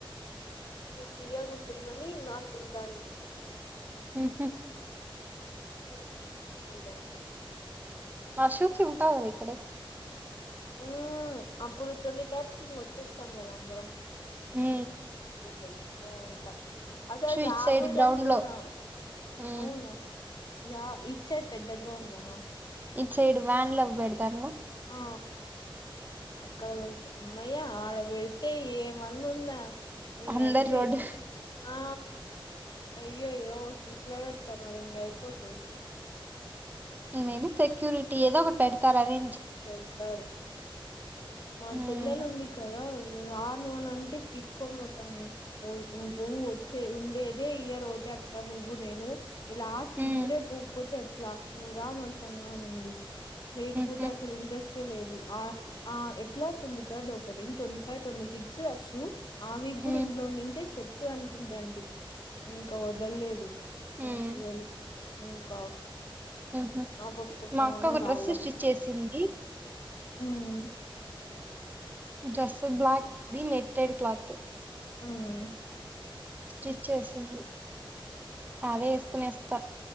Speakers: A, on the left; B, on the right.
A: తీయకుంటుందని నాది తింటాంది
B: ఉహూ
A: అవు <inaudible>
B: వర్షం వస్తే ఉంటావు కదా ఇక్కడే
A: ఉ అప్పుడు ట్వంటీ థర్ట్ కి ఇంకొచ్చేస్తాం కదా అందరం
B: ఉమ్
A: వు ఉంటా అసలు
B: ఇటు
A: రాకూడదను
B: సైడ్ గ్రౌండ్‌లో
A: కున్నా
B: హ్మ్.
A: అవునా యా ఇచ్చే పెద్ద గ్రౌండ్ లోన
B: ఇట్ సైడ్ వ్యాన్ వబడతారు
A: ఆ అక్కడ వెళ్తు అమ్మో ఐతే ఏమన్న ఉందా ఇంగ
B: అందర్
A: అంతే
B: రోడ్
A: ఆ అయ్యోయ్యో ఇట్లా పెడతాను మది ఇంకా అయిపోతుంది
B: మేబీ సెక్యూరిటీ ఏదో ఒకటి పెడతారరే
A: పెడ్తరు మా
B: హ్మ్.
A: చెల్లెలు ఉంది కదా నువ్వు రాను అని అంటే పీక్కొనిపోతావ్ నువ్వు వచ్చే ఉండే ఇదే ఇయర్ ఉంటే అక్క నువ్వు నేను లాస్ట్
B: హ్మ్.
A: ఇప్పుడే పోపోతే ట్లా నువ్ రామ్ అర్సాంగా నిది ర
B: హుహు.
A: పూత ఇండస్ట్రీ లేదు ఆ ఎట్లా twenty third opening twenty five twenty six అశూ ఆ వీక్
B: హ్మ్.
A: కూడా ఇంట్లో ఉండుడుటే సెట్ అనుకుంటాండి ఇంకా వదల్లేదు
B: హ్మ్.
A: మంచిదని ఇంకా
B: హుహు.
A: ఆ పాపం కోసం
B: మా అక్క
A: అన్న
B: ఒక
A: రాళ్లో
B: డ్రెస్ స్టిచ్ చేసింది.
A: మ్మ్
B: dress black the netted cloth
A: ఉమ్మ్
B: స్త్రీచ్ చేసింది అదే వేసుకోనే వస్తా